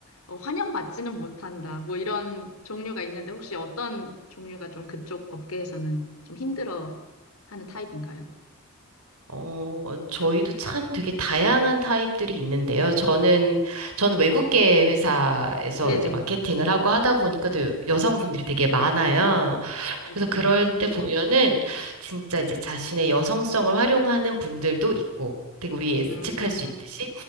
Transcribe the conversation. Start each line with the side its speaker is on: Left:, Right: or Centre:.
Left: 어, 환영받지는 못한다. 뭐 이런 종류가 있는데 혹시 어떤 종류가 좀 그쪽 업계에서는 좀 힘들어 하는 타입인가요?
Right: 어, 저희도 참 되게 다양한 타입들이 있는데요. 저는, 저는 외국계 회사에서
Left: 네네.
Right: 이제 마케팅을 하고 하다 보니까 또 여성분들이 되게 많아요.
Left: 그렇군.
Right: 그래서 그럴 때 보면은 진짜 이제 자신의 여성성을 활용하는 분들도 있고 되게 우리 예측할
Left: 음,
Right: 수 있듯이.